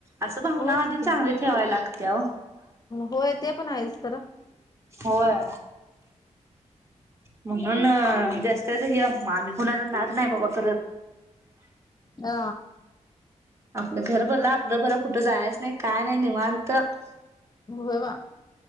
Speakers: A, on the right; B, on the left.
A: असं भावना
B: होयच
A: आधी
B: की
A: चांगली ठेवायला लाग त्या
B: होय ते पण आहेच तर
A: होय म्हणून जास्ती तीच आम्ही कुणाचा नाद नाही बाबा करत
B: आ
A: आपलं घर भलं आपलं भलं कुठं जायच नाही काय नाही निवांत होय
B: होयवा